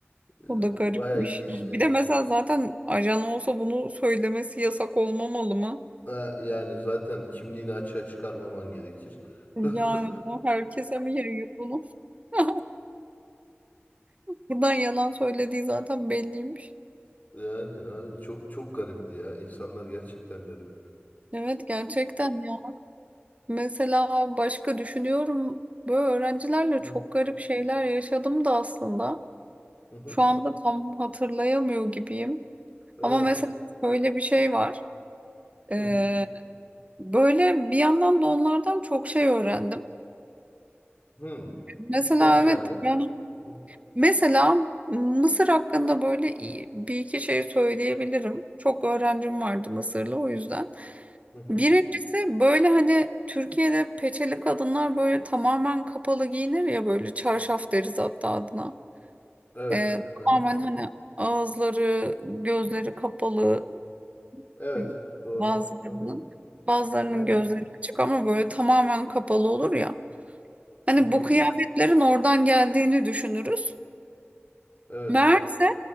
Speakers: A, on the left (about 40°); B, on the right (about 30°).
A: e,
B: O da garipmiş.
A: bayağı ilginçti.
B: Bir de mesela zaten ajan olsa bunu söylemesi yasak olmamalı mı?
A: Ha, yani zaten kimliğini açığa çıkarmaman gerekir.
B: Yani
A: <laughs>
B: o herkese mi yayıyor bunu? <laughs> Buradan yalan söylediği zaten belliymiş.
A: Yani abi çok çok garipti ya. İnsanlar gerçekten garip.
B: Evet gerçekten ya. Mesela başka düşünüyorum. Böyle öğrencilerle
A: Hı
B: çok garip şeyler yaşadım da aslında.
A: hı. hı.
B: Şu anda tam hatırlayamıyor gibiyim.
A: Evet.
B: Ama mesela şöyle bir şey var. Ee,
A: Hı
B: böyle bir yandan da onlardan çok şey öğrendim.
A: hı.
B: Mesela
A: Nasıl
B: evet
A: yani?
B: yani
A: Hı.
B: mesela Mısır hakkında böyle iyi- bir iki şey söyleyebilirim. Çok öğrencim vardı Mısırlı o yüzden.
A: Hı hı.
B: Birincisi böyle hani Türkiye'de peçeli kadınlar böyle tamamen kapalı giyinir ya böyle çarşaf deriz hatta adına.
A: Evet.
B: Ee,
A: Hı hı.
B: tamamen hani ağızları, gözleri kapalı
A: Evet.
B: Hı.
A: Doğru.
B: Bazılarının
A: Hı hı.
B: bazılarının
A: Aynen.
B: gözleri açık ama böyle tamamen kapalı olur ya. Hani
A: Hı hı.
B: bu kıyafetlerin oradan geldiğini düşünürüz.
A: Evet.
B: Meğerse